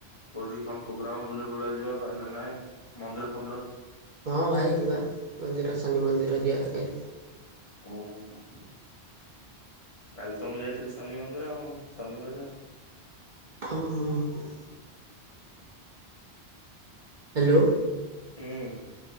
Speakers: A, on the left (about 30°); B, on the right (about 50°).
A: କୋଉଠି କଣ ପ୍ରୋଗ୍ରାମ ବୁଲି ବୁଲା ଯିବା ପାଇଁ ନା ନାଇଁ ମନ୍ଦିର ଫନ୍ଦିର?
B: ହଁ ଭାଇ ଯିବା ମନ୍ଦିର ଶନି ମନ୍ଦିର ଯିବା କେ।
A: ଓ ହୋ। କାଲି ତ ମୁଁ ଯାଇଥିଲି ଶନି ମନ୍ଦିର ଆଉ ଶନିବାରେ ଆଉ।
B: ହଁ ହଁ। ହ୍ୟାଲୋ।
A: ହୁଁ